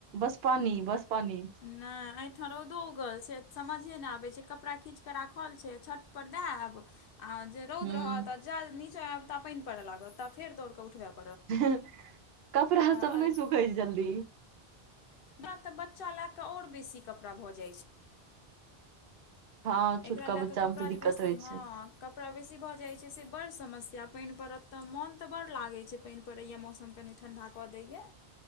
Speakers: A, on the right; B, on the left.
A: बस पानी बस पानी।
B: नै ऐठ रौदो उगल छै समझे नै आबै कपड़ा खिंचक राखल छै छत पर दै आएब आ जे रौद
A: हूं
B: रहत। जा नीचाँ आएब ता पाइन पर लागत तब फेर दौड़क उठबेब।
A: हें कपड़ा
B: हमरा
A: सब नै सुखै छै जल्दी।
B: हमरा त बच्चा लएक और बेसी कपड़ा भ जाइ छै।
A: हँ छोटका
B: एकरा लए
A: बच्चा
B: क कपड़ा
A: मे तऽ
B: जे
A: दिक्कत
B: बेसी
A: होइ
B: हँ।
A: छै
B: कपड़ा बेसी भ जाइ छै से बड समस्या पाइन परत त मोन त बड़ लागै छै। पाइन परैया मौसम कनि ठण्डा क दैया